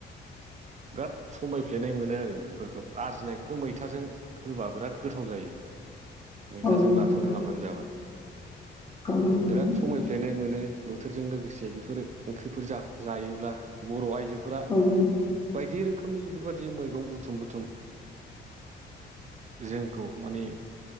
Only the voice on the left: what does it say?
औ नोंथां
औ नोंथां
<inaudible>